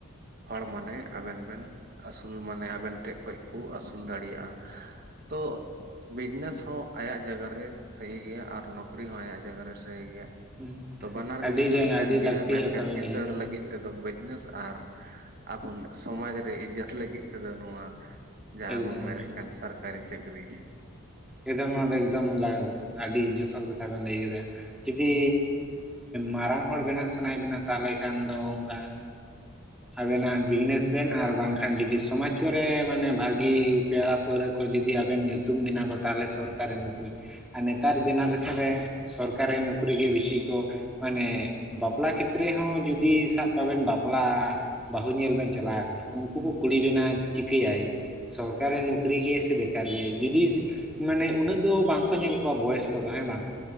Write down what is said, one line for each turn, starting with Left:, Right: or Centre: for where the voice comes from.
Right: ᱦᱚᱲ ᱢᱚᱱᱮ ᱟᱵᱮᱱ ᱵᱮᱱ ᱟᱹᱥᱩᱞ ᱢᱟᱱᱮ ᱟᱵᱮᱱ ᱴᱷᱮᱪ ᱠᱷ ᱠᱚ ᱟᱹᱥᱩᱞ ᱫᱟᱲᱮᱭᱟᱜᱼᱟ ᱾ ᱛᱚ ᱵᱤᱡᱽᱱᱮᱥ ᱦᱚᱸ ᱟᱭᱟᱜ ᱡᱟᱭᱜᱟ ᱨᱮ ᱥᱟᱦᱤ ᱜᱮᱭᱟ ᱟᱨ ᱱᱚᱠᱨᱤ ᱦᱚᱸ ᱟᱭᱟᱜ ᱡᱟᱭᱜᱟ ᱨᱮ ᱥᱟᱦᱤ ᱜᱮᱭᱟ
Centre: ᱦᱩᱸ
Right: ᱾ ᱛᱚ ᱛᱚ ᱵᱟᱱᱟᱨ
Centre: ᱟᱹᱰᱤ
Right: ᱜᱮᱠᱤᱱ ᱴᱷᱤᱠᱟᱹᱱ
Centre: ᱟᱹᱰᱤ
Right: ᱜᱮᱭᱟ
Centre: ᱞᱟᱹᱠᱛᱤᱭᱟᱜ
Right: ᱢᱮᱱᱠᱷᱟᱱ
Centre: ᱠᱟᱛᱷᱟ ᱵᱮᱱ
Right: ᱠᱤᱥᱟᱹᱬ
Centre: ᱞᱟᱹᱭ ᱠᱮᱫᱟ
Right: ᱞᱟᱹᱜᱤᱫ ᱛᱮᱫᱚ ᱵᱤᱡᱽᱱᱮᱥ ᱟᱨ ᱟᱵᱚᱱ ᱥᱚᱢᱟᱡᱽ ᱨᱮ ᱤᱡᱡᱛ ᱞᱟᱹᱜᱤᱫ ᱛᱮᱫᱚ ᱱᱚᱣᱟ ᱡᱟᱦᱟᱸ
Centre: ᱮᱠᱫᱚᱢ
Right: ᱵᱚᱱ ᱢᱮᱱᱮᱫ
Centre: ᱮᱠᱫᱚᱢ
Right: ᱠᱟᱱ ᱥᱟᱨᱠᱟᱨᱤ ᱪᱟᱹᱠᱨᱤ ᱾
Centre: ᱮᱠᱫᱚᱢ ᱱᱚᱣᱟ ᱫᱚ ᱮᱠᱫᱚᱢ ᱞᱟᱜ ᱟᱹᱰᱤ ᱡᱚᱛᱷᱟ ᱠᱟᱛᱷᱟ ᱵᱮᱱ ᱞᱟᱹᱭ ᱠᱮᱫᱟ ᱾ ᱡᱩᱫᱤ ᱢᱟᱨᱟᱝ ᱦᱚᱲ ᱵᱮᱱᱟᱜ ᱥᱟᱱᱟᱭᱮᱫ ᱵᱮᱱᱟ ᱛᱟᱦᱚᱞᱮ ᱠᱷᱟᱱ ᱫᱚ ᱚᱱᱠᱟ ᱟᱵᱮᱱᱟᱜ ᱵᱤᱡᱽᱱᱮᱥ ᱵᱮᱱ ᱟᱨ ᱵᱟᱝᱠᱷᱟᱱ ᱡᱩᱫᱤ ᱥᱚᱢᱟᱡᱽ ᱠᱚᱨᱮ ᱢᱟᱱᱮ ᱵᱷᱟᱹᱜᱤ ᱯᱮᱲᱟ ᱯᱟᱹᱨᱟᱹ ᱠᱚ ᱡᱩᱫᱤ ᱟᱵᱮᱱ ᱧᱩᱛᱩᱢ ᱵᱮᱱᱟ ᱠᱚ ᱛᱟᱦᱚᱞᱮ ᱥᱚᱨᱠᱟᱨᱤ ᱱᱚᱠᱨᱤ ᱾ ᱟᱨ ᱱᱮᱛᱟᱨ ᱡᱮᱱᱟᱨᱮᱥᱚᱱ ᱨᱮ ᱥᱚᱨᱠᱟᱨᱤ ᱱᱚᱠᱨᱤ ᱜᱮ ᱵᱤᱥᱤ ᱠᱚ ᱢᱟᱱᱮ ᱵᱟᱯᱞᱟ ᱠᱷᱮᱛᱨᱮ ᱦᱚᱸ ᱡᱩᱫᱤ ᱥᱟᱵ ᱠᱟᱜ ᱵᱮᱱ ᱵᱟᱯᱞᱟ ᱵᱟᱹᱦᱩ ᱧᱮᱞ ᱵᱮᱱ ᱪᱟᱞᱟᱣ ᱠᱟᱱᱟ ᱩᱱᱠᱩ ᱠᱩ ᱠᱩᱞᱤ ᱵᱮᱱᱟ ᱪᱤᱠᱟᱹᱭᱟᱭ? ᱥᱚᱨᱠᱟᱨᱤ ᱱᱩᱠᱨᱤ ᱜᱮᱭᱟᱭ ᱥᱮ ᱵᱮᱠᱟᱨ ᱜᱮᱭᱟᱭ ᱡᱩᱫᱤ ᱢᱟᱱᱮ ᱩᱱᱟᱹᱜ ᱫᱚ ᱵᱟᱝᱠᱚ ᱧᱮᱞ ᱠᱚᱣᱟ ᱵᱚᱭᱮᱥ ᱠᱚᱫᱚ ᱦᱮᱸ ᱵᱟᱝ